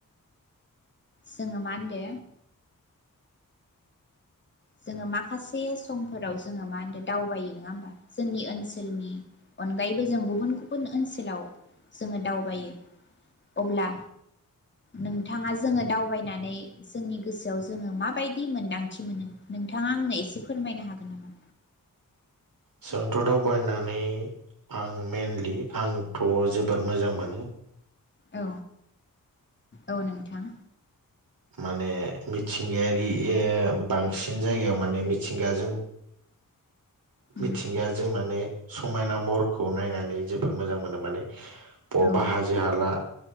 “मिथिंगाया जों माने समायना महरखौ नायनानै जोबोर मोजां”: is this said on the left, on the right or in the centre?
Right